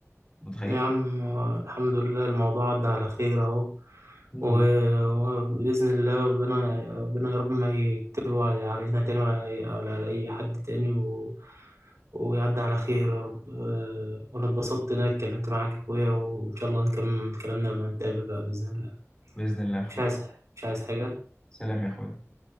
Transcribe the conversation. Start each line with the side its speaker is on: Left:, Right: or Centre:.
Left: أنت متخيل
Right: يا عم الحمد لله الموضوع عدى على خير اهو
Left: الحمد
Right: و-
Left: لله
Right: وبإذن الله ربنا ربنا يا رب ما يكتبه على- علينا تاني ولا على ولا على أي حد تاني و... ويعدي على خير يا رب آه، وأنا اتبسطت إن أنا اتكلمت معاك يا أخويا وإن شاء الله نكمل كلامنا لما نتقابل بقى بإذن الله
Left: باذن الله يا اخوي
Right: مش عايز مش عايز حاجة
Left: سلام يا اخوي